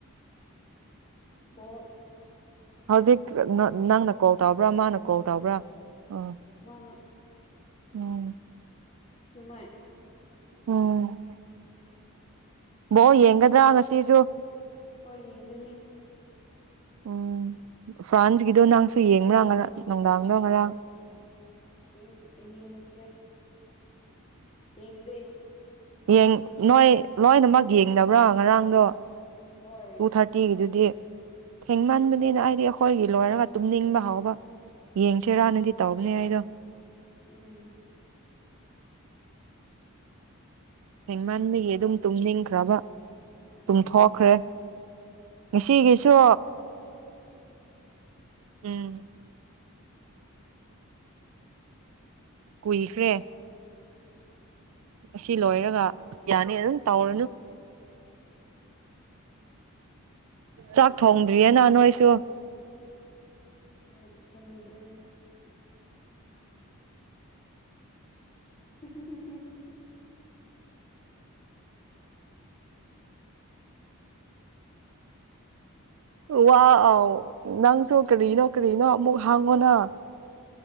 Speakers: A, on the left (about 30°); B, on the right (about 70°).
A: ꯕꯣꯜ
B: ꯍꯧꯖꯤꯛ ꯅꯡꯅ ꯀꯣꯜ ꯇꯧꯕ꯭ꯔꯥ ꯃꯥꯅ ꯀꯣꯜ ꯇꯧꯕ꯭ꯔꯥ ꯑꯥ
A: ꯃꯥꯅ
B: ꯎꯝ
A: ꯊ꯭ꯌꯤꯎꯃꯥꯏ
B: ꯎꯝ ꯕꯣꯜ ꯌꯦꯡꯒꯗ꯭ꯔꯥ ꯉꯁꯤꯁꯨ
A: ꯑꯣ ꯌꯦꯡꯒꯅꯤ
B: ꯎꯝ ꯐ꯭ꯔꯥꯟꯁꯀꯤꯗꯣ ꯅꯪꯁꯨ ꯌꯦꯡꯕ꯭ꯔꯥ ꯉꯔꯥꯡ ꯅꯨꯡꯗꯥꯡꯗꯣ ꯉꯔꯥꯡ
A: ꯏꯡ ꯑꯩ ꯌꯦꯡꯗ꯭ꯔꯦ ꯌꯦꯡꯗꯦ
B: ꯌꯦꯡ ꯅꯣꯏ ꯂꯣꯏꯅꯃꯛ ꯌꯦꯡꯗꯕ꯭ꯔꯥ ꯉꯔꯥꯡꯗꯣ
A: ꯍꯣꯏ
B: ꯇꯨ ꯊꯔꯇꯤꯒꯤꯗꯨꯗꯤ ꯊꯦꯡꯃꯟꯕꯅꯤꯅ ꯑꯩꯗꯤ ꯑꯩꯈꯣꯏꯒꯤ ꯂꯣꯏꯔꯒ ꯇꯨꯝꯅꯤꯡꯕ ꯍꯥꯎꯕ ꯌꯦꯡꯁꯤꯔꯥꯅꯗꯤ ꯇꯧꯕꯅꯦ ꯑꯩꯗꯣ
A: ꯎꯝ
B: ꯃꯥꯟꯕꯒꯤ ꯑꯗꯨꯝ ꯇꯨꯝꯅꯤꯡꯈ꯭ꯔꯕ ꯇꯨꯝꯊꯣꯛꯈ꯭ꯔꯦ ꯉꯁꯤꯒꯤꯁꯨ ꯎꯝ ꯀꯨꯏꯈ꯭ꯔꯦ ꯑꯁꯤ ꯂꯣꯏꯔꯒ ꯌꯥꯅꯤ ꯑꯗꯨꯝ ꯇꯧꯔꯅꯨ ꯆꯥꯛ ꯊꯣꯡꯗ꯭ꯔꯤꯌꯦꯅ ꯅꯣꯏꯁꯨ
A: ꯑ ꯑꯩ ꯇ ꯊꯣꯡꯗ꯭ꯔꯤ ꯍꯨꯝ ꯍꯨꯝ ꯍꯨꯝ ꯍꯨꯝ
B: ꯋꯥ ꯑꯥꯎ ꯅꯪꯁꯨ ꯀꯔꯤꯅꯣ ꯀꯔꯤꯅꯣ ꯑꯃꯨꯛ ꯍꯥꯡꯉꯣꯅ